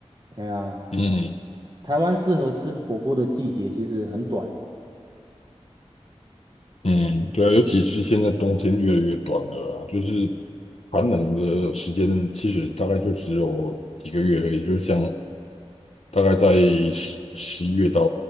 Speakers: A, on the right; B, on the left.
A: 对呀，
B: 嗯
A: 台湾适合吃火锅的季节其实很短
B: 嗯，对啊，尤其是现在冬天越来越短了啊，就是寒冷的时间其实大概就只有几个月而已，就像大概在十十一月到